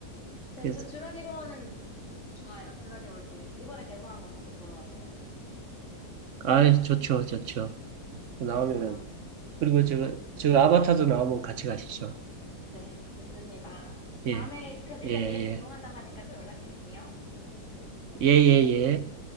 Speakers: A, on the left; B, on the right.
A: 네,
B: 그래서,
A: 저 주라기 공원은 좋아요. 주라기 월드. 이번에 개봉한 거 같이 보러 가실래요?
B: 아, 좋죠, 좋죠. 나오면은,
A: 네, 그럼,
B: 그리고 저, 저 아바타도 나오면 같이 가시죠.
A: 네, 좋습니다.
B: 예,
A: 다음에, 그, 일단
B: 예, 예.
A: 내일 개봉한다고 하니까 또 연락드릴게요.
B: 예, 예, 예.